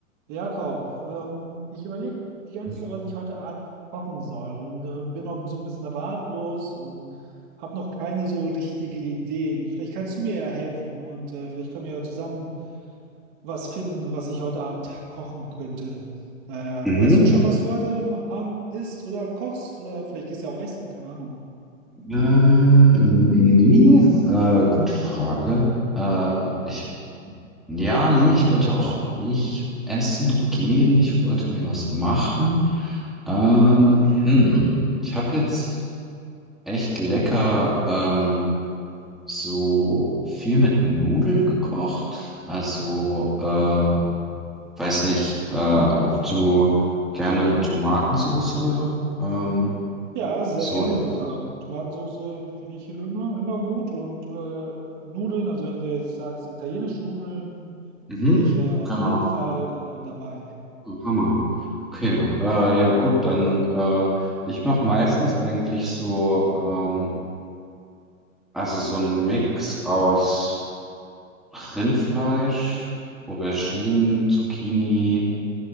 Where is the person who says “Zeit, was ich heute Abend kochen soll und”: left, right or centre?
Right